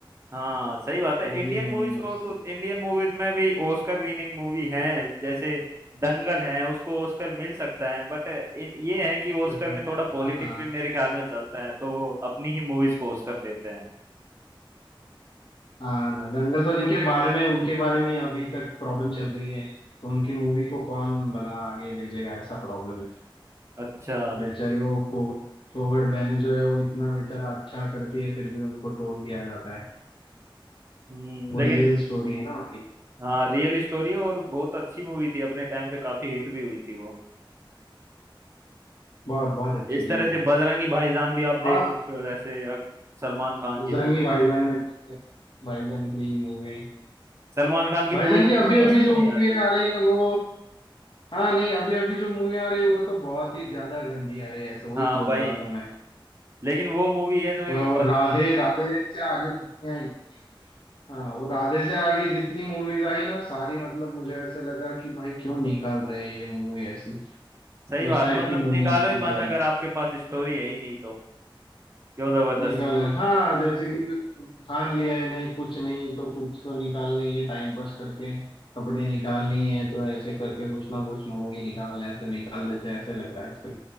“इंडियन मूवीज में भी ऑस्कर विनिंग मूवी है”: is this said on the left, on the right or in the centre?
Right